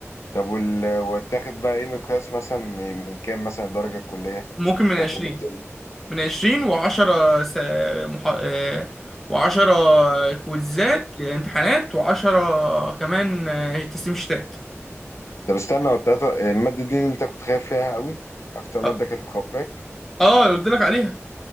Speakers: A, on the left (about 70°); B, in the centre.
A: طب وال... وتاخد بقى ايه مقياس مثلا من من كام مثلا الدرجه الكليه
B: ممكن من
A: بتاعت
B: 20
A: الميد تيرم؟
B: من 20 و10 س... مح... آه، و10 كويزات امتحانات و10 كمان آه، تسليم شتات
A: طب استنى والتلاتة الماده دي اللي انت كنت خايف فيها قوي اكتر ماده
B: اه
A: كانت مخوفاك
B: آه، اللي قلت لك عليها